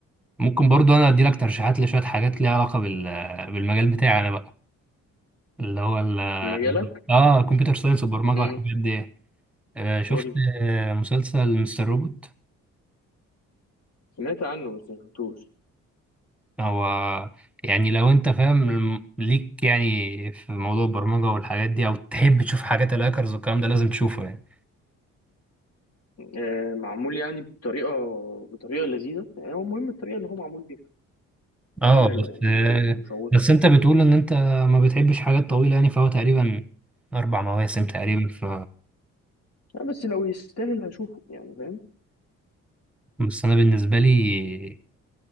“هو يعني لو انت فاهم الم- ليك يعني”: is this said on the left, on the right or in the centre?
Centre